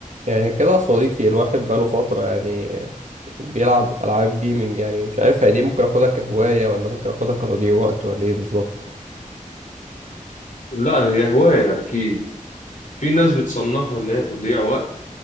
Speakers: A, on the right (about 60°); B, on the left (about 70°).
A: يعني كده يا صديقي الواحد بقاله فترة يعني بيلعب ألعاب جيمنج يعني مش عارف هي دي ممكن أخدها كهواية ولا ممكن أخدها كتضييع وقت ولا إيه بالظبط
B: لا هي هواية أكيد في ناس بتصنفها إن هي تضييع وقت